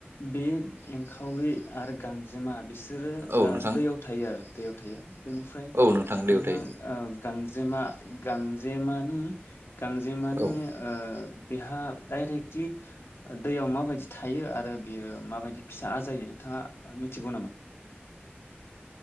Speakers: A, on the left (about 80°); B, on the right (about 85°).
A: बे एंखावरि आरो गांजेमा बिसोरो
B: औ
A: ओ
B: नोंथां
A: दैयाव थायो दैयाव थायो बेनिफ्राय
B: औ नोंथां लेवथाय
A: उम ओम ओ गांजेमा गां जेमानि गांजेमानि
B: औ
A: ओ बेहा दाइरेक्टलि दैयाव माबायदि थायो आरो बेयो माबायदि फिसा आजायो नोंथाङा मिथिगौ नामा?